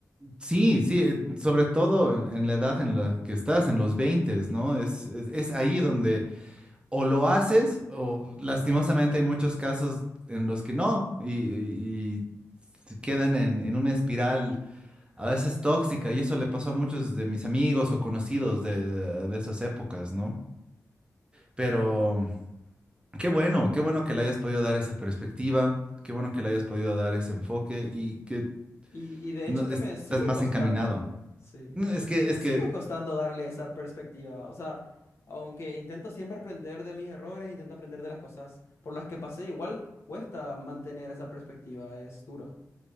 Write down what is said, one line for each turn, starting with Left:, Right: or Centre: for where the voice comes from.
Right: Sí, sí, eh, sobre todo en, en la edad en la que estás, en los 20, ¿no? Es, es, es ahí donde o lo haces, o lastimosamente hay muchos casos en los que no, y, y- y se quedan en, en una espiral a veces tóxica, y eso le pasó a muchos de mis amigos o conocidos de, de, de esas épocas, ¿no? Pero qué bueno, qué bueno que le hayas podido dar esa perspectiva, qué bueno que le hayas podido dar ese enfoque y que
Left: Y, y de
Right: no-
Left: hecho que
Right: estás
Left: me sigue
Right: más
Left: costando,
Right: encaminado.
Left: sí,
Right: No, Es que,
Left: me
Right: es
Left: sigue
Right: que
Left: costando darle esa perspectiva. O sea, aunque intento siempre aprender de mis errores, intento aprender de las cosas por las que pasé, igual cuesta mantener esa perspectiva, es duro.